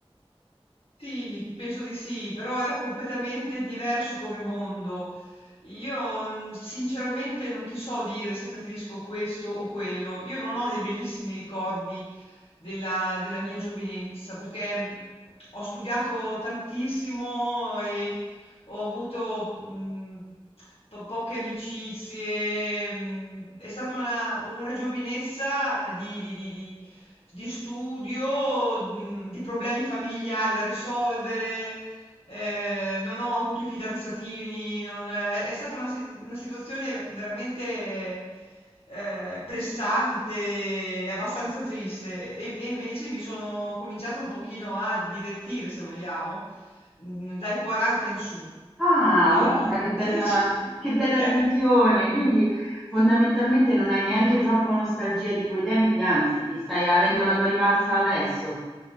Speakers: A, on the left; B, in the centre.
A: Sì, penso di sì, però era completamente diverso come mondo. Io mm, sinceramente non ti so dire se preferisco questo o quello. Io non ho dei bellissimi ricordi della, della mia giovinezza perché mm, ho studiato tantissimo e ho avuto mh, po- poche amicizie, mh, è stata una, una giovinezza di, di- di- di- di studio, mh, di problemi familiari da risolvere, Ehm, non ho avuto i fidanzatini, non è è stata una si una situazione veramente, ehm, pressante e abbastanza triste e e invece mi sono cominciata un pochino a divertire, se vogliamo, mhmm, dai 40 in su.
B: Ah,
A: Ehm,
B: guarda che bella
A: <laughs> e dicia
B: che bella
A: <laughs>
B: visione! Quindi fondamentalmente non hai neanche troppa nostalgia di quei tempi, anzi, ti stai avendo la tua rivalsa adesso.